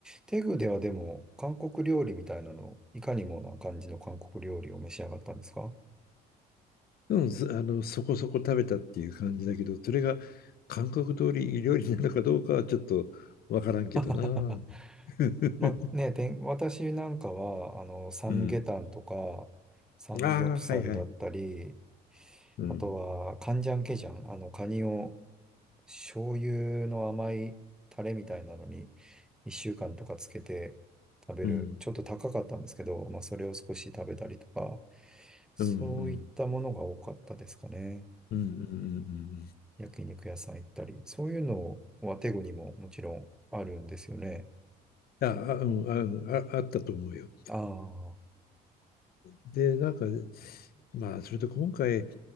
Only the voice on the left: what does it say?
でもずあのそこそこ食べたっていう感じだけど、それが韓国通り料理なのかどうかはちょっとわからんけどな。
<laughs>
うん。
ああ、はいはい。うん。
うん。
うんうん。うんうんうん
うん。あ、あ、うん、あ、ああったと思うよ。
で、なんか、まあ、それと今回、